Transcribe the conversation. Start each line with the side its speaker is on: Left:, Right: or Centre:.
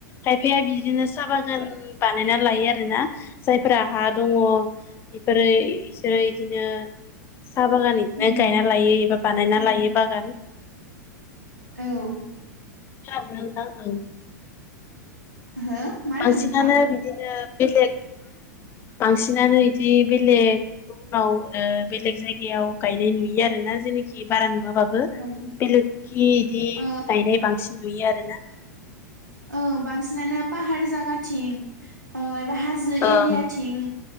Left: खायफाया बिदिनोसै साहा बागान बानायना लायो आरोना जायफोरा हा दङ ओरै बिसोरो इदिनो साहा बागान बिदिनो
Right: उम
Left: गायना लायो एबा बानायना लायो बागान
Right: औ
Left: <unintelligible>
Right: हो मा होनदों
Left: बांसिनानो
Right: नोंथां?
Left: बिदिनो बेलेग बांसिनानो बिदि बेलेगाव बेलेग जायगायाव गायनाय नुयो आरो ना जेखि बारा नुवाबाबो
Right: औ
Left: बेलेगखि बिदि
Right: ओ
Left: गायनाय बांसिन नुयो आरोना
Right: औ बांसिनानो पाहार जागाथिं ओ बा हाजो
Left: ओं
Right: एरियाथिं